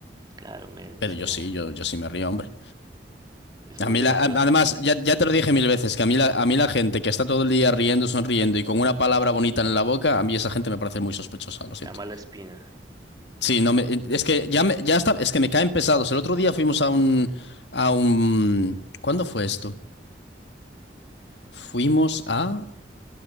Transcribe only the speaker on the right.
claro, men,
es que
es muy
gracioso.
Te ama la espina.